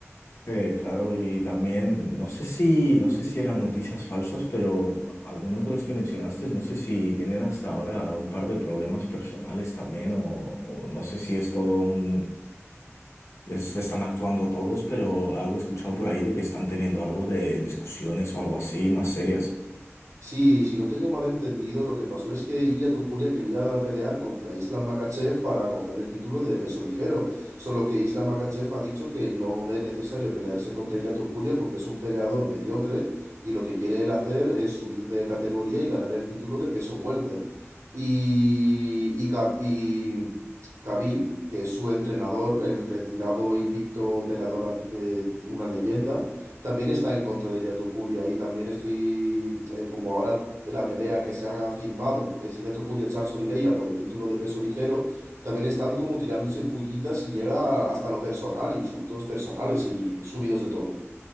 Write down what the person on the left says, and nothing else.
Eh, claro, y también no sé si, no sé si eran noticias falsas, pero algunos de los que mencionaste, no sé si tienen hasta ahora un par de problemas personales también, o, o no sé si es todo un Es- están actuando todos, pero algo he escuchado por ahí de que están teniendo algo de discusiones o algo así más serias.